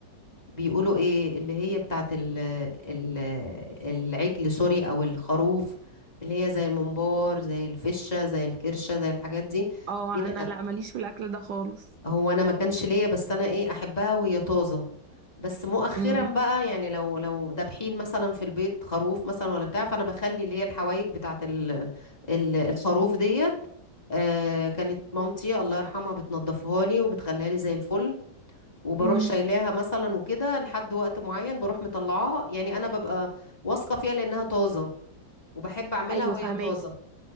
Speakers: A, on the left; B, on the right.
A: بيقولوا ايه اللي هي بتاعت ال ال العجل سوري او الخروف اللي هي زي الممبار زي الفشة زي الكرشة زي الحاجات دي
B: اه
A: هنا-
B: انا لا ماليش في الاكل ده خالص
A: هو انا ما كانش ليا بس انا ايه احبها وهي طازة بس مؤخرا
B: امم
A: بقى يعني لو لو دابحين مثلا في البيت خروف مثلا ولا بتاع فانا بخلي اللي هي الحوايج بتاعت ال ال الخروف ديت آه كانت مامتي الله يرحمها بتنضفها لي وبتخليها لي زي الفل وبروح
B: امم
A: شايلاها مثلا وكده لحد وقت معين بروح مطلعاها يعني انا ببقى واثقه فيها لانها طازه وبحب اعملها
B: ايوه
A: وهي
B: فهماك
A: طازه